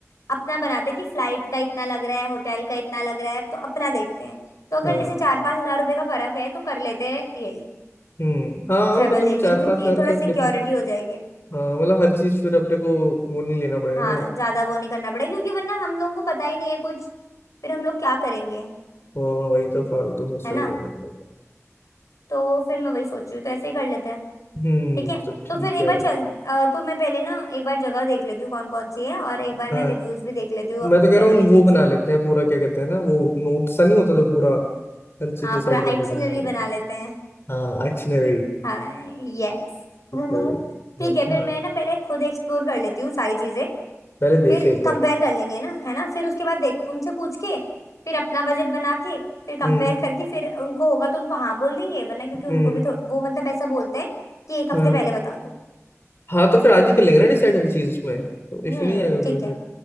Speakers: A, on the left (about 90°); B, on the left (about 50°).
A: अपना बनाते हैं कि फ्लाइट का इतना लग रहा है होटल का इतना लग रहा है तो अपना देखते हैं तो अगर
B: हाँ
A: जैसे चार पांच हजार रुपए का फर्क है तो कर लेते हैं यही
B: हम्म हाँ
A: ट्रेवल
B: मतलब
A: एजेंट
B: चार
A: क्योंकि
B: पांच हजार
A: ये थोड़ा
B: का डिफरेंस
A: सिक्योरिटी हो जाएगी
B: हाँ मतलब हर चीज फिर अपने को वो नहीं लेना पड़ेगा
A: हाँ
B: ना
A: ज्यादा वो नहीं करना पड़ेगा क्योंकि वरना हम लोगों को पता ही नहीं है कुछ फिर हम लोग क्या करेंगे
B: हाँ, वही तो फालतू में स्ट्रगल
A: है ना
B: करना पड़ेगा
A: तो फिर मैं वही सोच रही हूँ तो ऐसे ही कर लेते हैं
B: हम्म
A: ठीक है
B: तो ठीक
A: तो फिर एक
B: है
A: बार चल अ, तो मैं पहले ना एक बार जगह देख लेती हूँ कौन कौन सी है और एक बार मैं
B: हाँ
A: रिव्यूज भी देख लेती हूँ
B: मैं तो कह
A: ट्रेवल
B: रहा हूँ
A: एजेंसी
B: वो बना
A: की
B: लेते हैं पूरा क्या कहते हैं ना वो नोट सा नहीं होता जो पूरा हर चीज
A: हाँ
B: डिसाइड
A: पूरा
B: कर
A: आइटिनरी
B: लेता है
A: बना लेते हैं
B: हाँ एक्शनरी
A: हाँ यस <laughs>
B: एक्शनरी
A: ठीक
B: हाँ
A: है फिर मैं ना पहले खुद एक्सप्लोर कर लेती हूँ सारी चीजें
B: पहले देख
A: फिर
B: ले एक बार
A: कंपेयर कर लेंगे ना है ना फिर उसके बाद देख उनसे पूछ के फिर अपना बजट बना के फिर कंपेयर
B: हम्म
A: करके फिर उनको होगा तो उनको हाँ बोल देंगे वरना क्योंकि उनको
B: हम्म
A: भी तो वो मतलब ऐसा बोलते हैं कि एक हफ्ते
B: हाँ
A: पहले बता दो
B: हाँ तो फिर आज ही कर लेंगे ना डिसाइड हर चीज उसमें तो इशू
A: हम्म
B: नहीं आएगा
A: ठीक
B: कोई
A: है
B: फिर